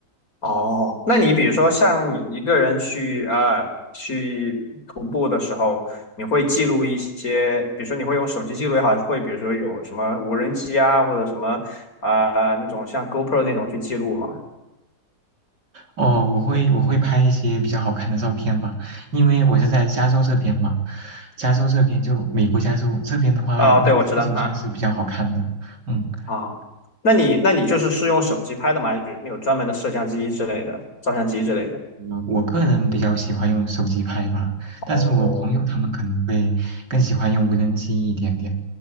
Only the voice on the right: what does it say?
哦，我会我会拍一些比较好看的照片吧，因为我是在加州这边嘛，加州这边就美国加州这边的话，
那个风景算是比较好看的。
嗯，
我我个人比较喜欢用手机拍吧，
但是我朋友他们可能会更喜欢用无人机一点点。